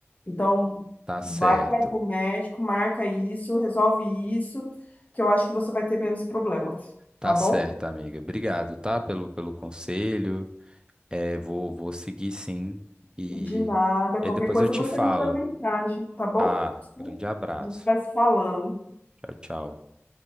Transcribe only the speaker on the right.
tá certo.
Tá
certo, amiga. Obrigado, tá, pelo, pelo conselho. É, vou, vou seguir sim. E,
e
aí depois
eu te
falo.
Ah, grande abraço.
Tchau, tchau.